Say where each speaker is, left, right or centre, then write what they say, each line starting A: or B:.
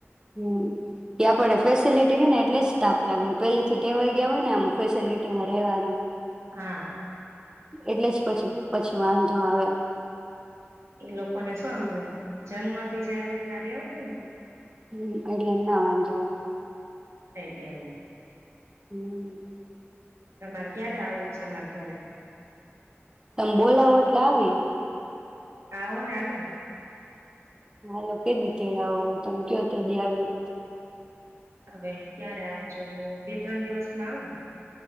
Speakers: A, on the right (about 15°); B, on the right (about 80°).
A: હમ એ આપડે ફેસિલિટી હે ને એટલે જ તાપ લાગે પેલેથી ટેવાય ગયા હોય. ને આમ ફેસલિટીમાં રહેવાનું.
B: હા
A: એટલે જ પછી પછી વાંધો આવે.
B: એ લોકોને શાનું જન્મથી <unintelligible>
A: હમ્મ, એટલે નાવાનું જાવા
B: એવું.
A: હમ્મ.
B: તમારે ક્યારે આવું છે અમારે ઘરે?
A: તમ બોલાવો એટલે આવી.
B: આવો ને આલું
A: હાલો કે દિ તેડાવો, તમ કયો તે દિ આવીએ.
B: હવે ક્યારે આવજો, મ અ બે ત્રણ દિવસમાં આવું.